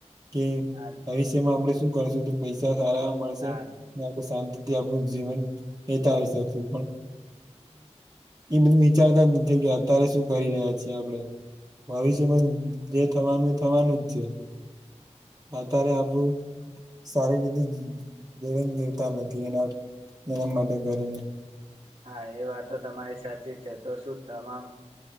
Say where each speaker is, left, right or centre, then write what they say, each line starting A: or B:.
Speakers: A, on the right (about 35°); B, on the right (about 75°).
A: કે
B: હા
A: ભવિષ્યમાં આપણેે શું કરશું તો પૈસા સારા મળશે.
B: હા
A: આપડું શાંતિ થી આપણું જીવન વિતાવી શકશુ પણ. એ બધું વિચારતા જ નથી કે અત્યારે શું કરી રહ્યા છીએ આપડે. ભવિષ્યમાં જે થવાનું એ થવાનું જ છે. અત્યારે આબુ સારી રીતે જીવન જીવતા નથી એના એના માટે કરીને.
B: હા એ વાતો તમારી સાચી છે. તો શું તમામ